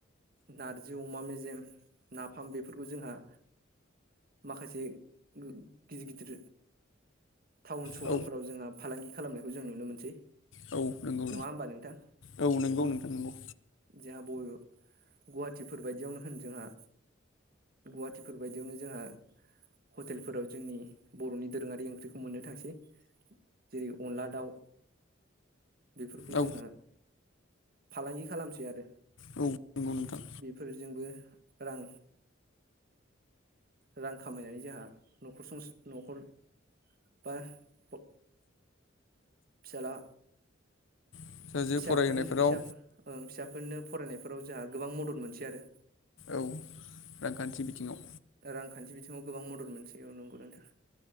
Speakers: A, on the right; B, on the left.
A: नारजि अमा मेज जेम नाफाम बेफोरखौ जोंहा माखासे गो गिदिर गिदिर टाउन सहरफोराव
B: औ
A: जोंहा फालांगि खालामनायखौ जों नुनो मोनसै
B: औ नंगौ
A: नङा होमबा नोंथां
B: औ नंगौ नोंथां नंगौ
A: जोंहा बबे गुवाहाटिफोर बायदि बिदियावनो होन जोंहा गुवाहाटिफोर बायदियावनो जोंहा हटेलफोराव जोंनि बर'नि दोरोङारि ओंख्रिखौ मोननो थांसै जेरै अनदला दाउ बेफोरखौ
B: औ
A: जोंहा फालांगि खालामसै आरो
B: औ नंगौ नोंथां
A: बे जोंबो रां रां खामायनानै जोंहा नखर सं न'खर बा ब फिसाला
B: रां जो
A: फिसाफोरनो
B: फरायहोनायफोराव
A: फिसाफोर ओं फिसाफोरनो फरायनायफोराव जोंहा गोबां मदद मोनसेै आरो
B: औ रांखान्थि बिथिङाव
A: रांखान्थि बिथिङाव गोबां मदद मोनसै औ नंगौ नोंथां